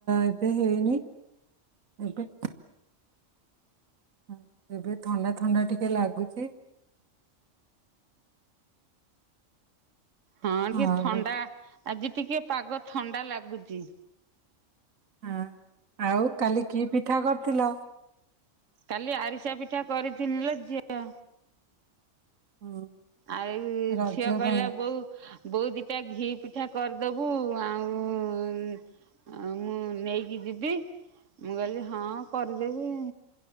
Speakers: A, on the right (about 85°); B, on the right (about 65°).
A: ଏବେ ହେଇନି <inaudible> ଏବେ ହଁ ଏବେ ଥଣ୍ଡା ଥଣ୍ଡା ଟିକେ ଲାଗୁଚି। <inaudible>
B: ହଁ ଟିକେ
A: ଆଉ
B: ଥଣ୍ଡା ଆଜି ଟିକେ ପାଗ ଥଣ୍ଡା ଲାଗୁଚି।
A: ହ ଆଉ କାଲି କି ପିଠା ଥିଲ।
B: କାଲି ଆରିସା ପିଠା କରିିଥିଲିଲୋ ଝିଅ।
A: ହୁଁ,
B: ଆଉ ଏଇ
A: ରଜ
B: ଝିଅ କହିଲା
A: ପାଇଁ
B: ବୋଉ ବୋଉ ଦିଟା ଘି ପିଠା କରିଦବୁ ଆଉ ଆଁଉ ଆଁଉ ମୁଁ ନେଇକି ଯିବି, ମୁଁ କହିଲି ହଁ କରିଦେବି